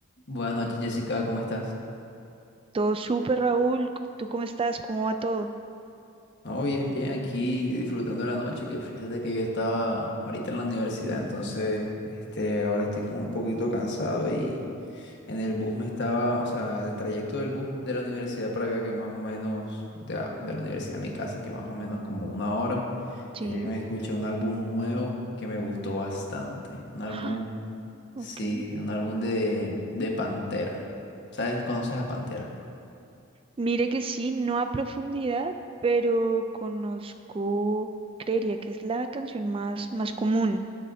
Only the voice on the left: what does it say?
Buenas noches, Jessica, ¿cómo estás?
No, bien, bien, aquí disfrutando de la noche, que fíjate que yo estaba ahorita en la universidad, entonces, este, ahora estoy como un poquito cansado y en el bus me estaba, o sea, el trayecto del bus de la universidad para acá, que más o menos, de, a- de la universidad a mi casa, que más o menos como una hora,
eh, me escuché
un álbum nuevo que me gustó bastante, un álbum,
sí, un álbum de, de Pantera, ¿sabes? ¿Conoces a Pantera?